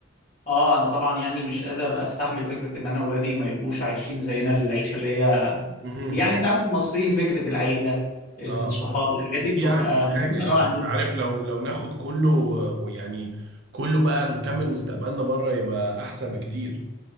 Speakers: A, on the left; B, on the right.
A: اه انا طبعا يعني مش قادر استحمل فكرة ان انا اولادي ما يبقوش عايشين زينا العيشة اللي هي
B: مهم.
A: يعني انت عارف المصريين فكرة العيلة الصحاب
B: اه
A: الحاجات
B: دي
A: دي بتبقى
B: احسن
A: مهمة
B: حاجة يعني
A: قوي عندنا
B: انت عارف لو لو ناخد كله ويعني كله بقى نكمل مستقبلنا بره يبقى احسن بكتير